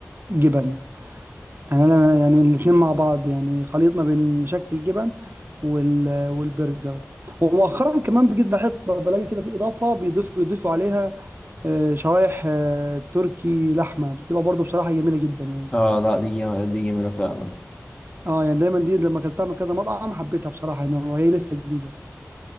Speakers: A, on the right (about 45°); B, on the left (about 15°).
A: جبن يعني أنا يعني الاتنين مع بعض يعني خليط ما بين مشكل جبن وال... والبرجر ومؤخرا كمان بقيت بحب بلاقي كده في إضافة بيضيف بيضيفوا عليها آه، شرايح آه، تركي لحمة بتبقى برضو بصراحة جميلة جدا يعني
B: اه لا دي جم- دي جميلة فعلا
A: اه يعني دايما دي لما اكلتها من كذا مطعم حبيتها بصراحة يعني وهي لسه جديدة